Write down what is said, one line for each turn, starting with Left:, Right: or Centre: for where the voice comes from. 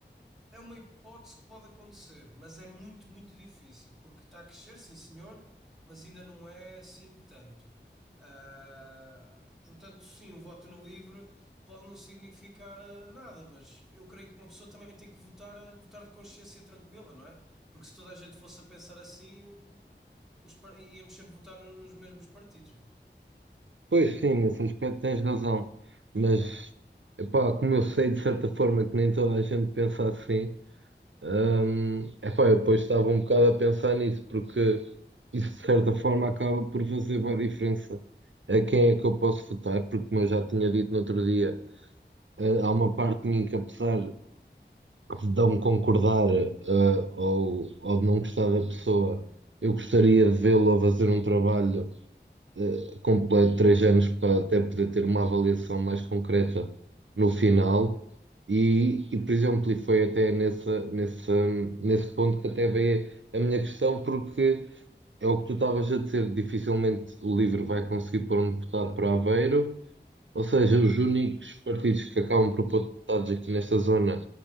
Centre: é uma hipótese que pode acontecer, mas é muito, muito difícil, porque está a crescer, sim senhor, mas ainda não é assim tanto. Ah, portanto, sim, o voto no livre pode não significar ah, nada, mas eu creio que uma pessoa também tem que votar, ah, votar de consciência tranquila, não é? Porque se toda a gente fosse a pensar assim, o- os, par- íamos sempre votar no- nos mesmos partidos, não é?
Right: Pois sim, nesse aspecto tens razão. Mas, epá, como eu sei de certa forma que nem toda a gente pensa assim, Hum, epá, eu depois estava um bocado a pensar nisso, porque isso de certa forma acaba por fazer boa diferença a quem é que eu posso votar, porque como eu já tinha dito no outro dia, eh, há uma parte de mim que apesar de não concordar, eh, ou, ou de não gostar da pessoa, eu gostaria de vê-lo a fazer um trabalho eh, completo três anos para até poder ter uma avaliação mais concreta no final. E, e, por exemplo, e foi até nessa, nessa, nesse ponto que até veio a minha questão, porque é o que tu estavas a dizer, dificilmente o LIVRE vai conseguir pôr um deputado para Aveiro, ou seja, os únicos partidos que acabam por pôr deputados aqui nesta zona